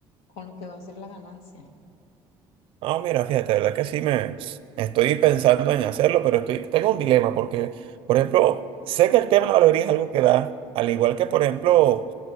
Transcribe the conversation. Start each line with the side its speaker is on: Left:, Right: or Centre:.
Left: con lo que va a ser la ganancia.
Right: No, mira, fíjate, la verdad que sí me estoy pensando en hacerlo, pero estoy, tengo un dilema porque, por ejemplo, sé que el tema de la barbería es algo que da, al igual que, por ejemplo,